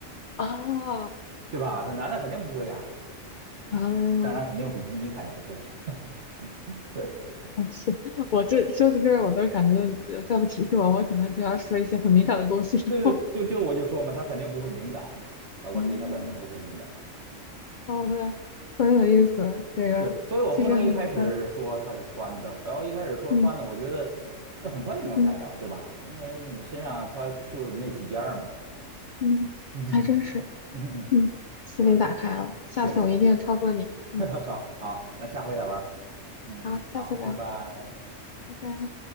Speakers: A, on the left (about 75°); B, on the right (about 60°).
A: 啊
B: 对吧？他男的肯定不会呀，
A: 啊，
B: 当然肯定比基尼他也不会了。<laughs>
A: 啊是我这说起这个，我都感觉呃再不提示我，我可能就要说一些很敏感的东西然后
B: 对对，就就我就说嘛，他肯定不会敏感嘛，高跟鞋他肯定不会敏感。
A: <laughs> 嗯，好的，很有意思，这个确实很愉快，
B: 对，所以我不能一开始说它是穿的，我要一开始说穿的，
A: 嗯
B: 我觉得那很快就能猜着，
A: 嗯。
B: 对吧？因为你身上它就那几件儿嘛。
A: 嗯，
B: 嗯
A: 还真是，
B: 嗯，
A: 嗯，思维打开了，
B: 行，
A: 下次我一定超过你。
B: 对，<laughs>
A: 嗯，
B: 好好，那下回再玩儿。嗯，
A: 好，下次聊，
B: 好，拜拜。
A: 拜拜。